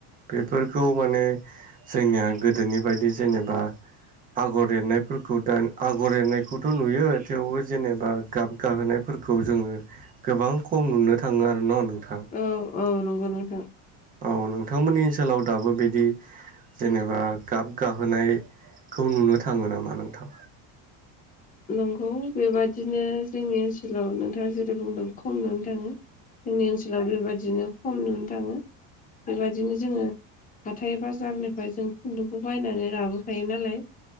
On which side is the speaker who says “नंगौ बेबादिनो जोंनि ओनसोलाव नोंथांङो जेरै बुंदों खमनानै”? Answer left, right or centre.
Left